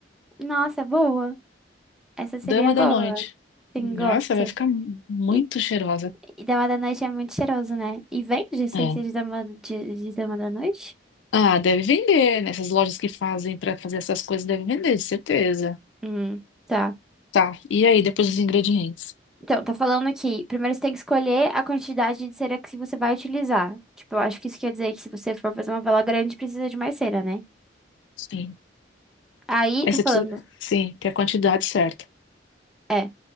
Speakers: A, in the centre; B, on the left.
A: nossa, boa. Essa seria
B: Dama
A: boa.
B: da noite.
A: Sim,
B: Nossa,
A: gosto.
B: vai ficar mu- muito
A: E,
B: cheirosa.
A: e Dama da Noite é muito cheiroso, né? E vende essência
B: É.
A: de Dama, de, de Dama da Noite?
B: Ah, deve vender. Nessas lojas que fazem para fazer essas coisas, deve vender, de certeza.
A: Hum, tá.
B: Tá. E aí, depois os ingredientes?
A: Então, tá falando aqui. Primeiro você tem que escolher a quantidade de cera que você vai utilizar. Tipo, eu acho que isso quer dizer que se você for fazer uma vela grande, precisa de mais cera, né?
B: Sim.
A: Aí
B: Aí
A: tá
B: você
A: falando.
B: precisa, sim, ter a quantidade certa.
A: é,